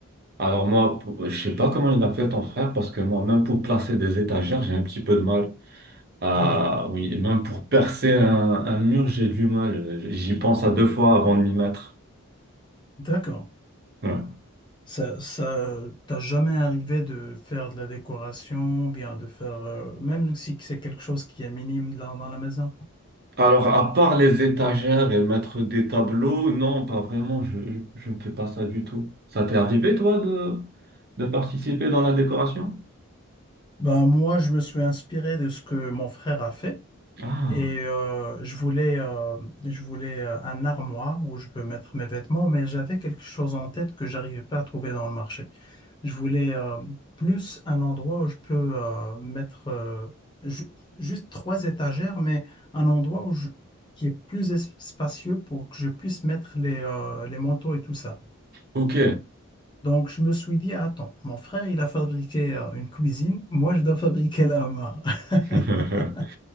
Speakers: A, on the right; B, on the left.
A: Alors moi, pour- je sais pas comment il a fait ton frère, parce que moi, même pour placer des étagères, j'ai un petit peu de mal. Ah
B: Ah oui.
A: oui, même pour percer un, un mur, j'ai du mal. J'y pense à deux fois avant de m'y mettre.
B: D'accord.
A: Ouais.
B: Ça, ça t'as jamais arrivé de faire de la décoration, bien de faire, euh, même si c'est quelque chose qui est minime là dans la maison.
A: Alors, à part les étagères et mettre des tableaux, non, pas vraiment, je, je, je ne fais pas ça du tout. Ça t'est arrivé, toi, de, de participer dans la décoration?
B: Ben, moi, je me suis inspiré de ce que mon frère a fait
A: Ah,
B: et euh, je voulais, euh, je voulais euh, un armoire où je peux mettre mes vêtements, mais j'avais quelque chose en tête que j'arrivais pas à trouver dans le marché. Je voulais euh, plus un endroit où je peux euh, mettre euh, ju- juste trois étagères, mais un endroit où je- qui est plus es- spacieux pour que je puisse mettre les, euh, les manteaux et tout ça.
A: ok.
B: Donc, je me suis dit, attends, mon frère, il a fabriqué euh, une cuisine, moi, je dois fabriquer l'armoire. <laughs>
A: <laughs>